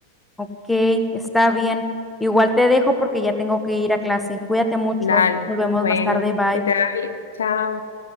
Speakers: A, in the centre; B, on the left.
A: ok, está bien, igual te dejo porque ya tengo que ir a clase, cuídate mucho,
B: Dale,
A: nos vemos
B: bueno,
A: más tarde, bye.
B: que te vaya bien. Chao.